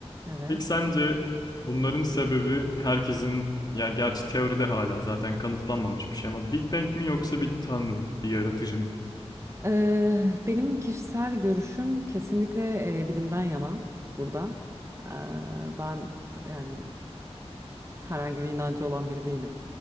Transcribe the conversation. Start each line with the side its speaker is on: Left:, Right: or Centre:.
Right: evet.
Left: Peki sence bunların sebebi herkesin ya gerçi teoride hala zaten kanıtlanmamış bir şey ama Big Bang mi yoksa bir tanrı mı, bir yaratıcı mı?
Right: Ee, benim kişisel görüşüm kesinlikle e, bilimden yana burada. Ee, ben t- yani herhangi bir inancı olan biri değilim.